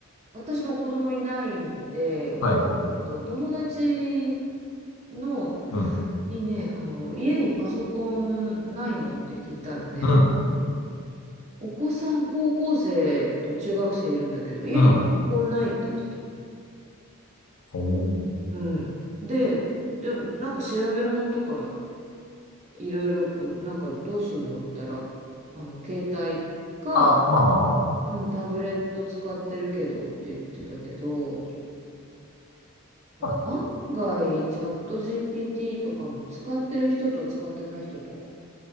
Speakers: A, on the right (about 30°); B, on the left (about 60°).
A: 私も子供いないんでわかんないけど、
B: はい。
A: 友達の、
B: うん、
A: にね、あの、家にパソコンないのって聞いたらね、
B: うん、
A: お子さん高校生と中学生いるんだけど、家にパソコンないって言ってた。
B: うん。おー
A: うん。で、でもなんか調べ物とか、いろいろこう、なんかどうするのって言ったら、あの、携帯か、
B: あ、まあまあまあまあ。
A: うん、タブレット使ってるけどって言ってたけど、だ案外、
B: まあ、
A: チャット GPT とかも使ってる人と使ってない人と